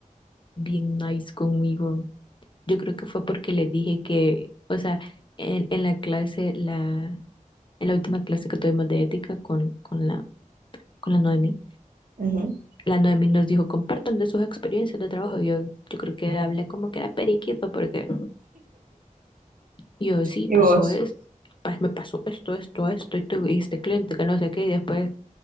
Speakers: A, on the left (about 35°); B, on the right (about 85°).
A: bien nice conmigo. Yo creo que fue porque les dije que, o sea, en, en la clase la, En la última clase que tuvimos de ética con, con la, con la Noemi,
B: ujú.
A: la Noemi nos dijo, compartan de sus experiencias de trabajo. Yo, yo creo que hablé como que era periquito, porque yo sí,
B: ¿Y
A: pasó
B: vos?
A: esto, me pasó esto, esto, esto, y tuve este cliente que no sé qué, y después,